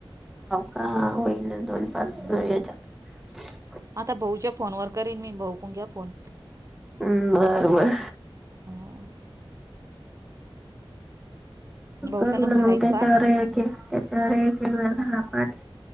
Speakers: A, in the centre; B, on the right.
A: हा होईल ना, दोन-पाच
B: हम्म.
A: हेच्यात.
B: आता भाऊच्या फोनवर करीन मी, भाऊ मग घ्या फोन.
A: हम्.. बर बर.
B: अं, भाऊचा
A: करु
B: नंबर
A: ना मग
B: आहे का
A: त्याच्यावर?
B: पाठ
A: तरी एकीकडे, झाला पाट.